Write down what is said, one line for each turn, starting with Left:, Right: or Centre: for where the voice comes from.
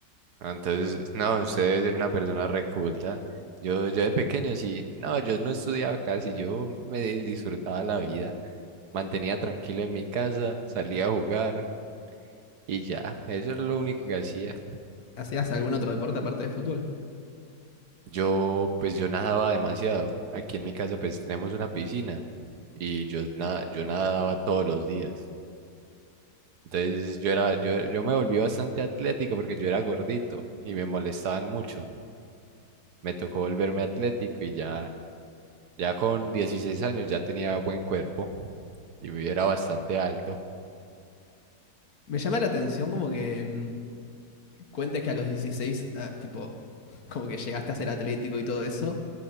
Right: Ah, Entonces, no, usted debe ser una persona reculta. Yo, yo de pequeño sí, no, yo no estudiaba casi, yo me di- disfrutaba la vida, mantenía tranquilo en mi casa, salía a jugar y ya, eso es lo único que hacía.
Left: ¿Hacías algún otro deporte aparte de fútbol?
Right: Yo, pues yo nadaba demasiado. Aquí en mi casa pues tenemos una piscina y yo, na- yo nadaba todos los días. Entonces yo era, yo, yo me volví bastante atlético porque yo era gordito y me molestaban mucho. Me tocó volverme atlético y ya Ya con 16 años ya tenía buen cuerpo y era bastante alto.
Left: Me llama la atención como que mm, cuentes que a los dieciséis ah, tipo, <laughs> como que llegaste a ser atlético y todo eso,